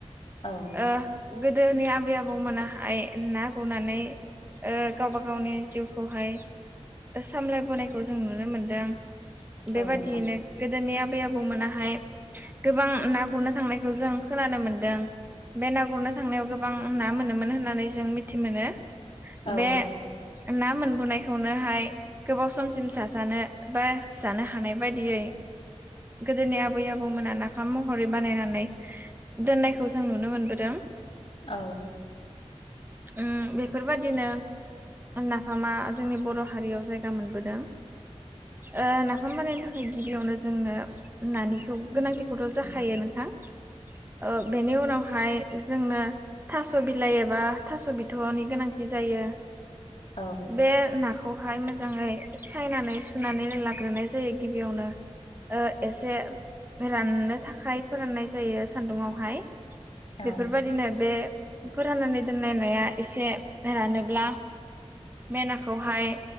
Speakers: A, on the left (about 65°); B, on the right (about 20°).
A: औ
B: ओ गोदोनि आबै आबौमोनाहाय ना गुरनानै ओ गावबा गावनि जिउखौहाय सामलायबोनायखौ जों नुनो मोनदों। बेबादियैनो
A: औ नोंथां
B: गोदोनिया बै आबौमोनाहाय गोबां ना गुरनो थांनायखौ जों खोनानो मोनदों। बे ना गुरनो थांनायाव गोबां ना मोनोमोन होननानै जों मिथि मोनो।
A: औ
B: बे
A: औ।
B: ना मोनबोनायखौनोहाय गोबाव समसिम साजानो बा जानो हानाय बायदियै गोदोनि आबै आबौमोना नाफाम महरै बानायनानै दोननायखौ जों नुनो मोनबोदों।
A: औ
B: उम बेफोरबादिनो नाफामा जोंनि बर' हारियाव जायगा मोनबोदों। ओ नाफाम बानायनो थाखाय गिबियावनो जोंनो नानिखौ गोनांथिखौथ जाखायो
A: उम
B: नोंथां ओ बेनि उनावहाय जोंनो थास बिलाइ एबा थास बिथ नि गोनांथि जायो
A: औ
B: बे नाखौहाय मोजाङै सायनानै सुनानै लाग्रोनाय जायो गिबियावनो ओ एसे राननो थाखाय फोराननाय जायो सान्दुङावहाय।
A: औ
B: बेफोरबायदिनो बे फोराननानै दोनलायनाया एसे रानोब्ला मायनाखौहाय